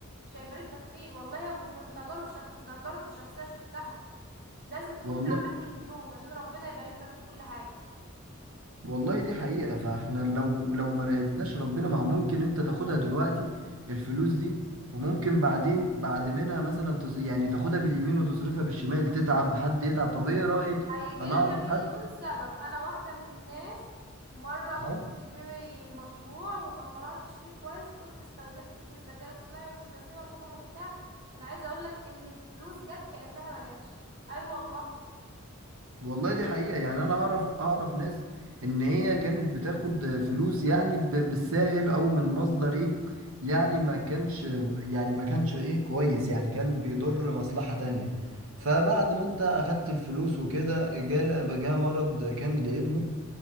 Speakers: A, on the right; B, on the right.
A: مش هيبارك لك فيه والله ومن تجارب شخ... تجارب شخصية شفتها لازم تكون
B: والله
A: تعبان بالفلوس عشان ربنا يبارك لك في كل حاجة
B: والله دي حقيقة فاحنا لو لو ما راقبناش ربنا ما هو ممكن انت تاخدها دلوقتي الفلوس دي وممكن بعدين بعد منها مثلا تص... يعني تاخدها باليمين وتصرفها بالشمال تتعب حد يتعب طب ايه رأيك
A: هيجي
B: انا
A: لها
B: اعرف
A: مليون
B: حد
A: سبب انا واحدة من الناس مرة
B: اه
A: كنت في مشروع وما قرأتش فيه كويس وكنت استخدمت فيه الذكاء الاصطناعي ومستسهلة الامور وبتاع انا عايزة اقولك ان الفلوس جت كأنها ما جاتش اي أيوة والله
B: والله دي حقيقة يعني أنا أعرف أعرف ناس إن هي كانت بتاخد فلوس يعني ب- بالساهل أو من مصدر إيه يعني ما كانش يعني ما كانش إيه كويس يعني كان بيضر مصلحة تانية فبعد
A: امم
B: ما أنت أخدت الفلوس وكده جاء جاء مرض كان لابنه